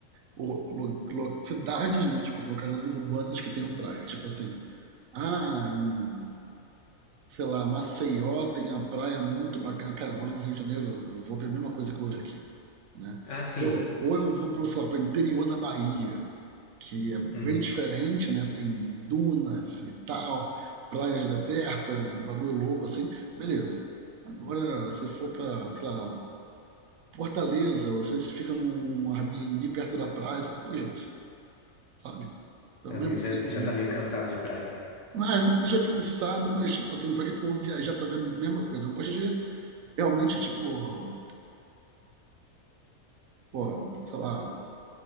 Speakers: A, on the right; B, on the left.
A: ou, lo- lo- cidades, né? Tipo assim, locais urbanas que tenham praia. Tipo assim, ah, em Sei lá, Maceió tem a praia muito bacana. Cara, eu moro no Rio de Janeiro, eu vou ver a mesma coisa que eu vejo aqui, né?
B: Ah, sim.
A: Ou, ou eu vou para sei lá, pro interior da Bahia, que é bem
B: Uhum.
A: diferente, né? Tem dunas e tal, praias desertas, bagulho louco assim, beleza. Agora, se for para sei lá, Fortaleza, ou se você fica num Airbnb perto da praia, assim, pô, gente, sabe? É o
B: Assim,
A: mesmo
B: já-
A: sempre,
B: você já
A: né?
B: tá meio cansado de praia.
A: Não é, não é que a pessoa é cansado, mas, tipo assim, pra que que eu vou viajar pra ver a mesma coisa? Eu gosto de Realmente, tipo, pô, sei lá,